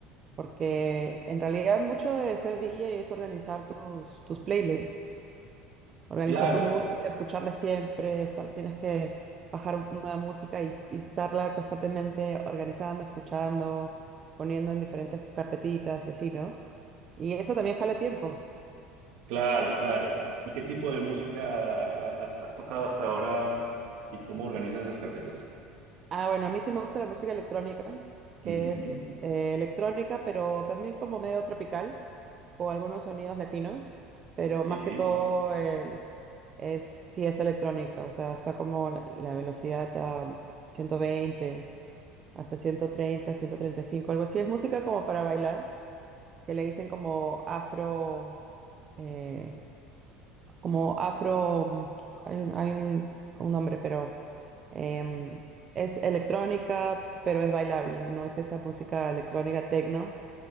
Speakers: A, on the right (about 35°); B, on the right (about 70°).
A: Porque en realidad mucho de ser DJ es organizar tus, tus playlists, organizar
B: Claro,
A: tu música, escucharla siempre, estar- tienes que bajar nueva música y, y estarla constantemente organizando, escuchando, poniendo en diferentes carpetitas y así, ¿no? Y eso también jala tiempo.
B: claro, claro. ¿Y qué tipo de música has, has tocado hasta ahora y cómo organizas esas carpetas?
A: Ah, bueno, a mí sí me gusta la música electrónica, que
B: Ujú.
A: es eh, electrónica, pero también como medio tropical, con algunos sonidos latinos, pero
B: Sí.
A: más que todo el, es, sí es electrónica, o sea, está como la, la velocidad a 120 hasta ciento ciento treinta, ciento treinta y cinco, algo así. Es música como para bailar, que le dicen como afro, eh, como afro, mm, hay un, hay un, un nombre, pero Em, es electrónica, pero es bailable, no es esa música electrónica techno.